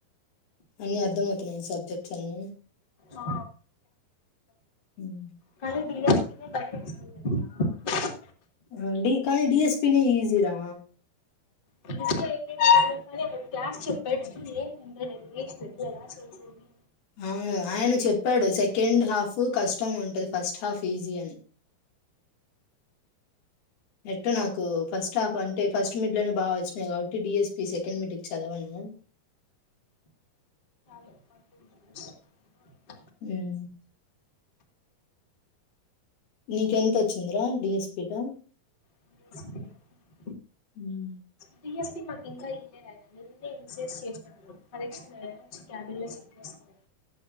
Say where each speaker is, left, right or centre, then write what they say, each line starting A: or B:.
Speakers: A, on the left; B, on the left.
A: అన్ని అర్ధమవుతున్నాయ సబ్జెకట్లన్ని
B: ఆ
A: ఉమ్.
B: కని బిఎస్ బాయం వెస్ట్‌హుంది టెలుసా
A: ఆ డి కానీ డిఎస్పి న ఈజీ రా
B: డీఎస్పీ అయితే ఏం అయితే ఏమి ఆమె క్లాస్ చెప్పేటప్పుడు ఎమ్ వింటలేధు వాస్తు ఎలా చెసేధి
A: అవును ఆయన చెప్పాడు సెకండ్ హాఫ్ కష్టం ఉంటది ఫస్ట్ హాఫ్ ఈజీ అని ఎట్టు నాకు ఫస్ట్ హాఫ్ అంటే ఫస్ట్ మీట్ లోనే బాగా వచ్చినాయి కాబట్టి డిఎస్పి సెకండ్ మీట్కి చదవను
B: <inaudible>
A: ఉమ్ నీక ఎంత వచ్చింద్రా డిఎస్పిలో
B: లజ్గా
A: ఉమ్
B: బిఎస్పి మా ఇంకా ఇల్లే ఇంకా నిన్నె చెస్ చెస్నాడు చూడు కరెక్షన్ ఆ క్యాబిన్ లో చెక్ చేస్తాను